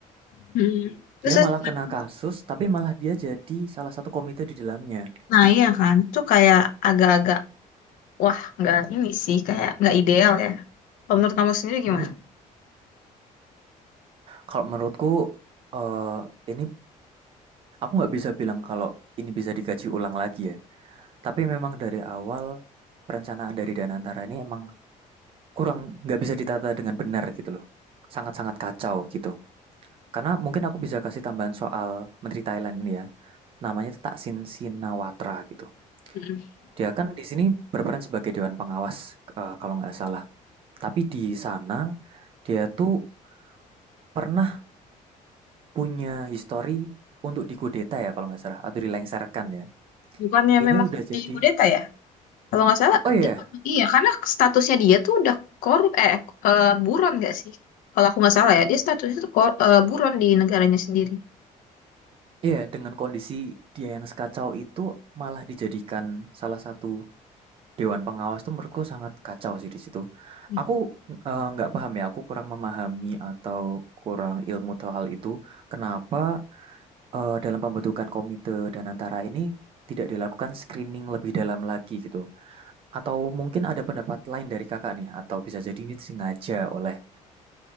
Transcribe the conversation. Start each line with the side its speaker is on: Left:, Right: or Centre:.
Left: hmm. Terus,
Right: Dia
Left: terus-
Right: malah kena kasus, tapi malah dia jadi salah satu komite di dalamnya.
Left: nah iya kan, tuh kayak agak-agak, wah nggak ini sih, kayak nggak ideal ya. Kalau menurut kamu sendiri gimana?
Right: Mm-mm. Kalau menurutku, eh ini aku nggak bisa bilang kalau ini bisa dikaji ulang lagi ya. Tapi memang dari awal perencanaan dari Danantara ini emang kurang nggak bisa ditata dengan benar gitu loh. Sangat-sangat kacau gitu. Karena mungkin aku bisa kasih tambahan soal Menteri Thailand ini ya. Namanya tuh Thaksin Shinawatra gitu.
Left: Hmm.
Right: Dia kan di sini berperan sebagai dewan pengawas eh, kalau nggak salah. Tapi di sana dia tuh pernah punya histori untuk dikudeta ya kalau nggak salah atau dilengsarkan ya.
Left: Bukannya
Right: Ini
Left: memang
Right: udah jadi
Left: di kudeta ya? Kalau nggak salah,
Right: Oh iya, yeah,
Left: dia, kan, iya, karena statusnya dia tuh udah korup, eh, eh, buron nggak sih? Kalau aku nggak salah ya, dia statusnya tuh kor- eh, buron di negaranya sendiri.
Right: iya yeah, dengan kondisi dia yang sekacau itu malah dijadikan salah satu Dewan Pengawas tuh menurutku sangat kacau sih di situ.
Left: Hmm.
Right: Aku eh, nggak uh, paham ya, aku kurang memahami atau kurang ilmu tahu hal itu. Kenapa eh, dalam pembentukan komite dan antara ini tidak dilakukan screening lebih dalam lagi gitu? Atau mungkin ada pendapat lain dari kakak nih? Atau bisa jadi ini disengaja oleh